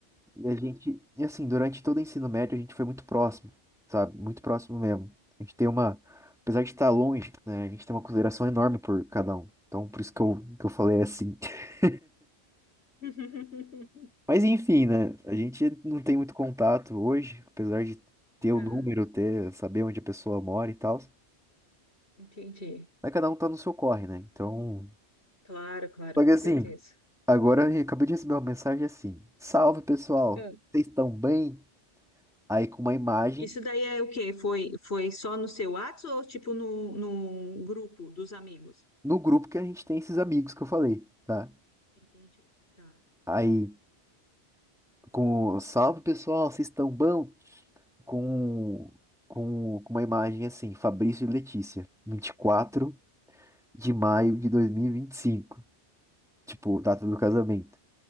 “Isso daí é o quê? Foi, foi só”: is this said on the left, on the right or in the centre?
Left